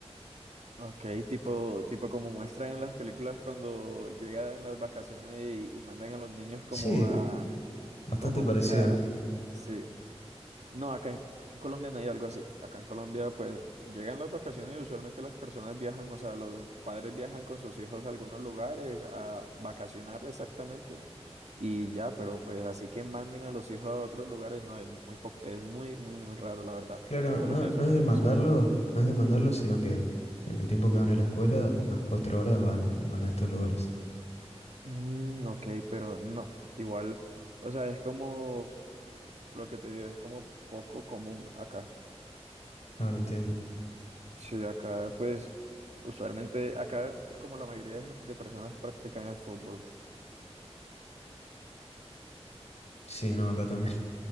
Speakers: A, on the right; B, on the left.
A: Ok, tipo, tipo como muestran en las películas cuando llegan en las vacaciones y, y mandan a los niños como
B: Sí,
A: a,
B: bastante
A: Como
B: parecido.
A: un, ah, sí. No, acá en Colombia no hay algo así. Acá en Colombia, pues, llegan las vacaciones y usualmente las personas viajan, o sea, los padres viajan con sus hijos a algunos lugares a vacacionar exactamente y ya, pero pues así que manden a los hijos a otros lugares, no, es muy poco, es muy, muy, muy raro, la verdad.
B: Claro,
A: Acá en Colombia
B: no, no
A: eso casi
B: es demandarlo,
A: no se da.
B: no es demandarlo, sino que en el tiempo que van a la escuela, unas cuatro horas van, van a estos lugares.
A: Mm, ok, pero no, igual, o sea, es como lo que te digo, es como poco común acá.
B: Ahora entiendo.
A: Sí, acá pues usualmente, acá como la mayoría de, de personas practican el fútbol.
B: Sí, no, acá también.